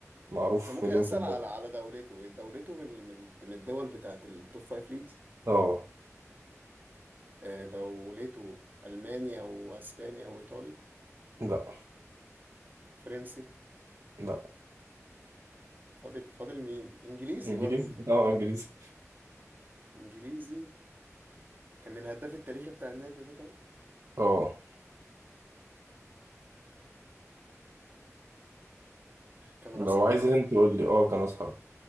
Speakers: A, on the right (about 70°); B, on the right (about 35°).
A: معروف
B: انا ممكن
A: مليون
B: اسال
A: في المية
B: على على دولته دولته من ال- من ال- من الدول بتاعت التوب 5 ليجز
A: اه
B: آه، دولته المانيا واسبانيا وايطالي
A: لا
B: فرنسي
A: لا
B: فاضل فاضل مين انجليزي
A: انجليزي
B: برضه
A: اه انجليزي
B: <laughs> انجليزي كان الهداف التاريخي بتاع النادي ده طيب
A: اه
B: كان راس
A: لو
B: حربة
A: عايز انت تقول لي اه كان اسحر